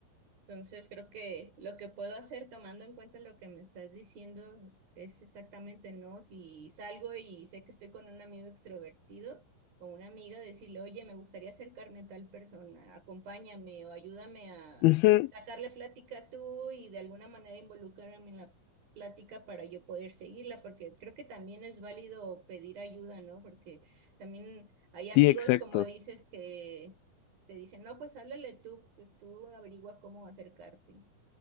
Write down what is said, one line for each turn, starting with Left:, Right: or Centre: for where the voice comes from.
Right: Entonces creo que lo que puedo hacer tomando en cuenta lo que me estás diciendo es exactamente, ¿no? Si salgo y sé que estoy con un amigo extrovertido o una amiga, decirle, oye, me gustaría acercarme a tal persona, acompáñame o ayúdame a
Left: Ujú,
Right: sacarle plática tú y de alguna manera involucrarme en la plática para yo poder seguirla, porque creo que también es válido pedir ayuda, ¿no? Porque también hay
Left: Sí,
Right: amigos,
Left: exacto.
Right: como dices, que te dicen, no, pues háblale tú, pues tú averigua cómo acercarte,